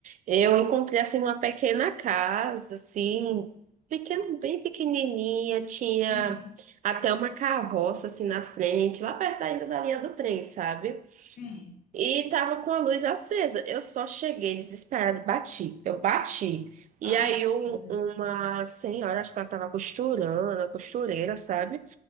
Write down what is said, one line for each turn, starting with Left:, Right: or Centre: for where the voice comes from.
Right: eu encontrei assim uma pequena casa, assim, pequena,
Left: nossa.
Right: bem pequenininha, tinha
Left: Sim,
Right: até uma carroça assim na frente, lá perto ainda da linha do trem, sabe?
Left: sim.
Right: E tava com a luz acesa. Eu só cheguei desesperada e bati. Eu bati. E
Left: Ah,
Right: aí um-
Left: meu Deus,
Right: uma senhora, acho que ela tava costurando, a costureira, sabe?